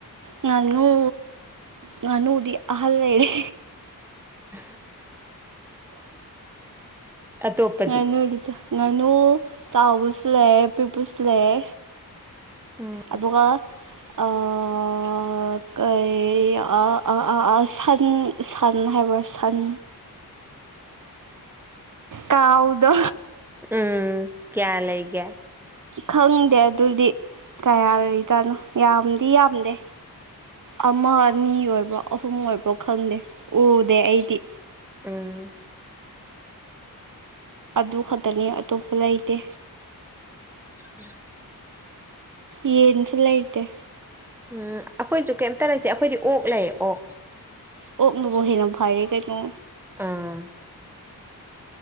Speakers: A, on the right; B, in the centre.
A: ꯉꯥꯅꯨ ꯉꯥꯅꯨꯗꯤ ꯑꯍꯜ ꯂꯩꯔꯦ
B: <unintelligible> ꯑꯇꯣꯞꯄꯗꯤ
A: ꯉꯥꯅꯨꯗꯤ ꯇꯨ ꯉꯥꯅꯨ ꯆꯥꯎꯕꯨꯁꯨ ꯂꯩꯌꯦ ꯄꯤꯛꯄꯁꯨ ꯂꯩꯌꯦ
B: ꯎꯝ
A: ꯑꯗꯨꯒ ꯑꯥ ꯑ ꯀꯩ ꯑ ꯑ ꯑ ꯑ ꯁꯟ ꯁꯟ ꯍꯥꯏꯕ꯭ꯔꯥ ꯁꯟ ꯀꯥꯎꯗꯣ
B: ꯎꯝ ꯀ꯭ꯌꯥ ꯂꯩꯒꯦ
A: ꯈꯪꯗꯦ ꯑꯗꯨꯗꯤ ꯀꯌꯥ ꯂꯩꯖꯥꯠꯅꯣ ꯌꯥꯝꯗꯤ ꯌꯥꯝꯗꯦ ꯑꯃ ꯑꯅꯤ ꯑꯣꯏꯕ꯭ꯔꯣ ꯑꯍꯨꯝ ꯑꯣꯏꯕ꯭ꯔꯣ ꯈꯪꯗꯦ ꯎꯗꯦ ꯑꯩꯗꯤ
B: ꯎꯝ
A: ꯑꯗꯨ ꯈꯛꯇꯅꯤ ꯑꯇꯣꯞꯄ ꯂꯩꯇꯦ
B: <unintelligible>
A: ꯌꯦꯟꯁꯨ ꯂꯩꯇꯦ
B: ꯎꯝ ꯑꯈꯣꯏꯁꯨ ꯀꯩꯝꯇ ꯂꯩꯇꯦ ꯑꯩꯈꯣꯏꯗꯤ ꯑꯣꯛ ꯂꯩꯌꯦ ꯑꯣꯛ
A: ꯑꯣꯛꯅꯕꯨ ꯍꯦꯟꯅ ꯐꯔꯦ ꯀꯩꯅꯣ
B: ꯑꯥ